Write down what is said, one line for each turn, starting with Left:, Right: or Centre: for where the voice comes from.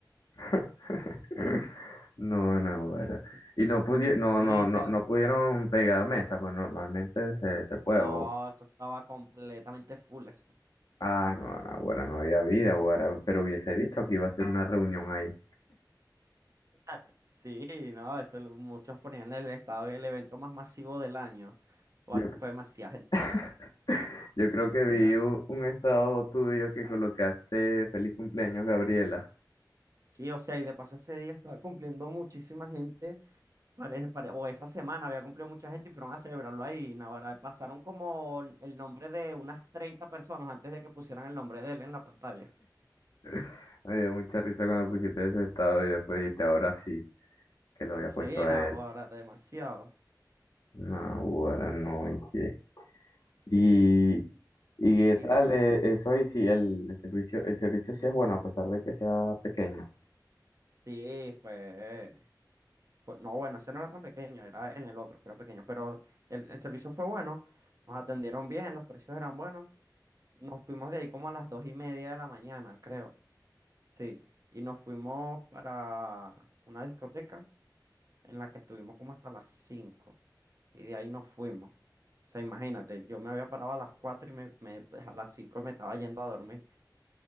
Left: <laughs> No, Nahuara.
Right: Imagínate.
Left: Y no pudi- no,
Right: Sí,
Left: no, no,
Right: que el-
Left: no pudieron pegar mesa, pues normalmente se, se puede,
Right: no,
Left: o,
Right: eso estaba completamente full eso.
Left: Ah, no, no, ahora no había vida, ahora, pero hubiese dicho que iba a ser una reunión ahí.
Right: <laughs> Sí, no, eso lo- muchos ponían el estado el evento más masivo del año. O
Left: Yo,
Right: es que fue demasiada gente,
Left: <laughs> yo creo
Right: literal.
Left: que vi u- un estado tuyo que colocaste feliz cumpleaños, Gabriela.
Right: Sí, o sea, y de paso ese día estaba cumpliendo muchísima gente, pare- pare- o esa semana había cumplido mucha gente y fueron a celebrarlo ahí. Naguará, pasaron como el nombre de unas 30 personas antes de que pusieran el nombre de él en la pantalla.
Left: <laughs> Me dio mucha risa cuando pusiste ese estado y después dijiste ahora sí, que lo había
Right: Sí,
Left: puesto a
Right: Naguará,
Left: él.
Right: demasiado.
Left: No, ahora no, y qué.
Right: Sí,
Left: Y, y qué tal
Right: y
Left: eh, eso ahí, sí, el, el servicio, el servicio sí es bueno, a pesar de que sea pequeño.
Right: sí, fue, fue- No, bueno, ese no era tan pequeño, era en el otro que era pequeño, pero el, el servicio fue bueno, nos atendieron bien, los precios eran buenos. Nos fuimos de ahí como a las dos y media de la mañana, creo. Sí, y nos fuimos para una discoteca en la que estuvimos como hasta las 5 y de ahí nos fuimos. O sea, imagínate, yo me había parado a las 4 y me, me- <laughs> a las 5 me estaba yendo a dormir